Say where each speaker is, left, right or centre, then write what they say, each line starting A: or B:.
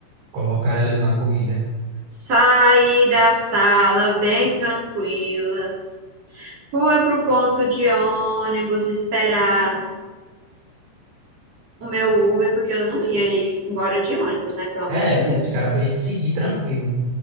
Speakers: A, on the right; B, on the right.
A: Colocar eles na fogueira.
B: Saí da sala bem tranquila. Fui pro ponto de ônibus esperar o meu Uber, porque eu não ia ir embora de ônibus, né? Pelo
A: É,
B: amor de
A: porque
B: Deus.
A: esse cara pode te seguir tranquilo.